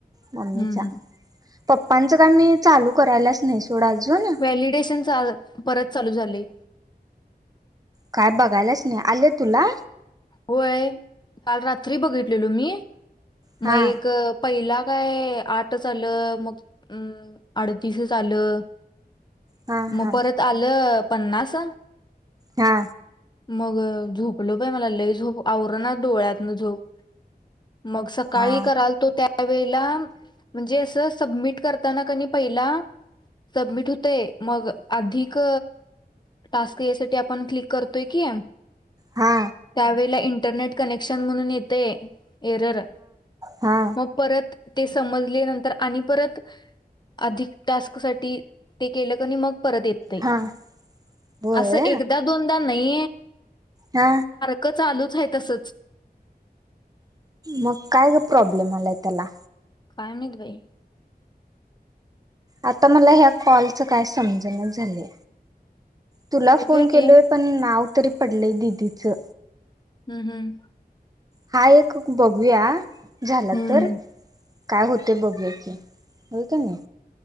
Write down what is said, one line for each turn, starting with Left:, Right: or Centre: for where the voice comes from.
Right: मम्मीच्या.
Left: हम्म हम्म
Right: पप्पांच का मी चालू करायलाच नाही सोड अजून.
Left: व्हॅलिडेशन आज परत चालू झालय.
Right: काय बघायलाच नाइ आले तुला?
Left: व्हय काल रात्री बघितलेलो मी
Right: हा
Left: म एक पहिला काय आठ आलं मग अं अडतीस आलं.
Right: हा हा
Left: म परत आलं पन्नास.
Right: हा.
Left: मग झोपलो काय मला लय झोप आवरणा डोळ्यातनं झोप म सकाळी
Right: हा
Left: कराल तो त्या वेळेला म्हणजे असं सबमिट करताना कनी पहिला सबमिट हुतय मग अधिक टास्क यासाठी आपण क्लिक करतोय की
Right: हा.
Left: त्यावेळेला इंटरनेट कनेक्शन म्हणून येते एरर
Right: हा
Left: म परत ते समजले नंतर आणि परत अधिक टास्क साठी ते केलं कनी मग परत येत ते
Right: हा होय
Left: आसं एकदा दोनदा नइ
Right: हा.
Left: क चालूच हाय तसंच
Right: म काय गं प्रॉब्लेम आलाय तेला?
Left: काय माहित बाई.
Right: आता मला ह्या कॉलच काय समजणा झाले. तुला
Left: बघूया
Right: फोन केलोय
Left: की
Right: पण नाव तरी पडलंय दिदीचं.
Left: हम्म हम्.
Right: हा एक बघूया झाला
Left: हम्म
Right: तर. काय होते बघूया की होय कनी.